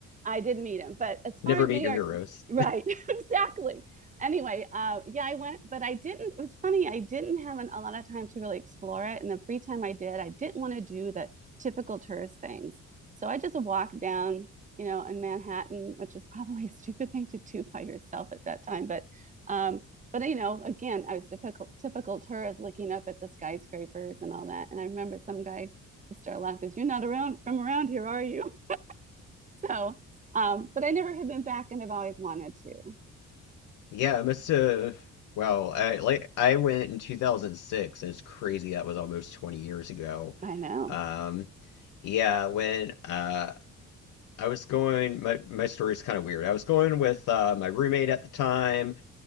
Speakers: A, on the right; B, on the left.
A: I did meet him. But as
B: never
A: far as
B: meet
A: New York,
B: your heroes.
A: right, <laughs> exactly. Anyway, uh, yeah, I went, but I didn't. It was funny. I didn't have an, a lot of time to really explore it. And the free time I did, I didn't want to do the typical tourist things. So I just walked down you know, in Manhattan, which is probably a stupid thing to do by yourself at that time. But, um, but you know, again, I was typical typical tourist looking up at the skyscrapers and all that. And I remember some guy just started laughing because you're not around from around here, are you? <laughs> So, um, but I never have been back, and I've always wanted to.
B: Yeah, I must have. Well, I like I went in 2006, and it's crazy that was almost 20 years ago.
A: I know.
B: Um, yeah, when uh I was going, my my story's kind of weird. I was going with uh, my roommate at the time.